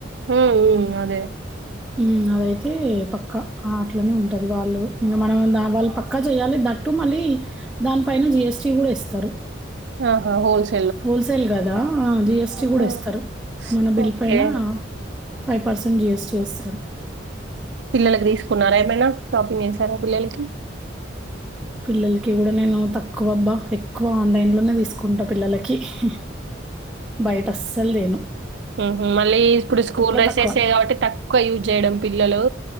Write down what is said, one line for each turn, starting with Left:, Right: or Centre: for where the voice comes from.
Right: హ్మ్ మ్మ్ అదే
Centre: హ్మ్ అదైతే పక్కా అట్లానే ఉంటాది. వాళ్ళు ఇంకా మనం వాళ్ళు పక్కా చేయాలి దట్టూ మళ్ళీ దానిపైన జిఎస్టీ కూడా ఇస్తారు.
Right: ఆహా హోల్ సే
Centre: హోల్ సేల్ కదా జిఎస్టి కూడా
Right: హ్మ్.
Centre: ఇస్తారు మన బిల్
Right: ఓకే.
Centre: పైన ఫైవ్ పర్సెంట్ జిఎస్టీ వస్
Right: పిల్లలకు తీసుకున్నారా ఏమైనా షాపింగ్ చేసార పిల్లలకి
Centre: పిల్లలకి కూడా నేను తక్కువబ్బా ఎక్కువ ఆన్లైన్ లోనే తీసుకుంటా పిల్లలకి ఓకే బయట అస్ అసల్ తేను
Right: ఊహూ మళ్ళీ ఇప్పుడు స్కూల్ డ్రెస్సెస్
Centre: తక్కువ
Right: యే కాబట్టి తక్కువ యూస్ చేయడం పి పిల్లలు